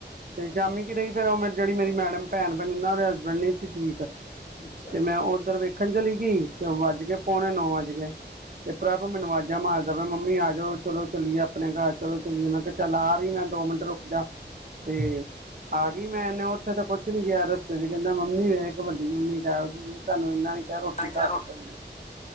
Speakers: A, on the right; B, on the left.
A: ਤੇ ਸ਼ਾਮੀ ਰਹੀ ਫਿਰ ਉਹ ਮ ਜਿੜੀ ਮੇਰੀ ਮੈਡਮ ਭੈਣ ਬਣੀ ਨਾ ਉਹਦੇ ਹਸਬੈਂਡ ਨ ਸੀ ਠੀਕ।
B: ਅੱਛਾ
A: ਤੇ ਮੈਂ ਉਧਰ ਵੇਖਣ ਚਲੀ ਗਈ ਤੇ ਵੱਜ ਗ ਪਉਣੇ ਨੌ ਵੱਜ ਗਏ ਤੇ ਪ੍ਰਭ ਮੈਨੂੰ ਵੱਜ ਜਾ ਮਾਰਦਾ। ਮੰਮੀ ਆ ਜਾਓ। ਚਲੋ-ਚੱਲੀਏ, ਆਪਣੇ ਘਰ ਚਲੋ ਚੱਲੀਏ। ਮੈਂ ਕਿਹਾ ਚੱਲ ਆ ਰਹੀ ਮੈਂ ਦੋ ਮਿੰਟ ਰੁਕ ਜਾ। ਤੇ ਆ ਗਈ ਮੈਂ ਇਹਨੇ ਉੱਥੇ ਤਾਂ ਕੁਛ ਨੀ ਕਿਹਾ ਰਸਤੇ ਚ ਕਹਿੰਦਾ ਮੰਮੀ ਵੇ ਇੱਕ ਵੱਡ- ਤੁਡੀ ਮੰਮੀ ਕਹਿਦੀ ਤਹਾਨੂੰ ਇਹਨਾਂ ਨੀ ਕਿਹਾ ਰੋਟੀ
B: ਨਹੀਂ ਤਾਂ
A: ਖਾ ਕੇ ਚੱਲ ਜੋ।